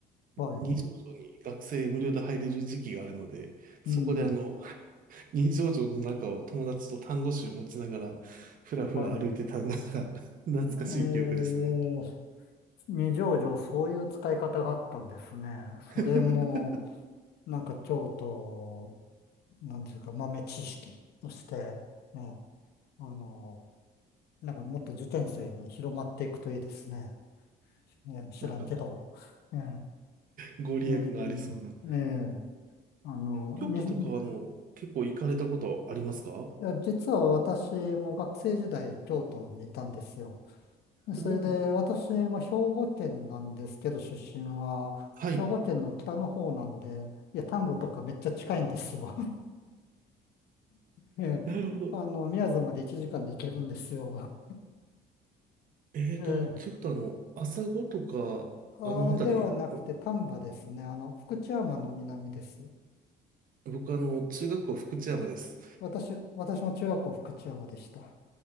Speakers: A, on the left; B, on the right.
A: はい。
B: 二条城に学生無料で入れる時期があるので、そこであの、
A: うん、
B: <laughs> 二条城の中を友達と単語集を持ちながら、ふらふら歩いてたのが
A: はい。え
B: <laughs> 懐かしい記憶ですね。
A: ー、二条城、そういう使い方があったんですね。それも、
B: <laughs>
A: なんか京都、なんていうか、豆知識として、ね、あの、なんかもっと受験生に広まっていくといいですね。ね、知らんけど。
B: なんかこ
A: え
B: う、ご利益のありそうな。
A: ええええあの、
B: 京都とかはあの、
A: に、い
B: 結構行かれたことありますかお
A: や、実は私も学生時代京都にいたんですよ。それで私も兵庫県なんですけど出身は、
B: おー、はい。
A: 兵庫県の北の方なんで、いや、丹後とかめっちゃ近いんですよ。<laughs> ええ、
B: なるほど。
A: あの、宮津まで1時間で行けるんですよ。
B: えーと、
A: ええ、
B: ということはあの、朝子とか、
A: あ、
B: あの辺りの、
A: ではなくて丹波ですね。あの、福知山の南です。
B: 僕あの、中学校福知山です。
A: 私、私も中学校福知山でした。